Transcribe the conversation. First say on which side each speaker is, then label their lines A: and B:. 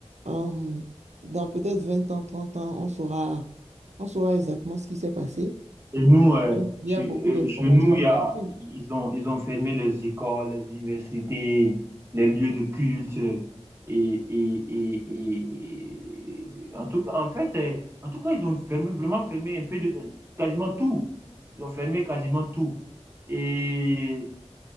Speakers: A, on the right (about 85°); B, on the right (about 20°).
A: euh, dans peut-être 20 ans, 30 ans, on saura, on saura exactement ce qui s'est passé.
B: Et nous, euh,
A: Il y
B: chez,
A: a beaucoup
B: euh,
A: d'informations
B: chez nous, il
A: cachées.
B: y a, ils ont, ils ont fermé les écoles, les universités, les lieux de culte. euh, Et, et, et, et- et- en tout, en fait, euh, en tout cas, ils ont fermé, vraiment fermé un peu de, quasiment tout. Ils ont fermé quasiment tout. Et,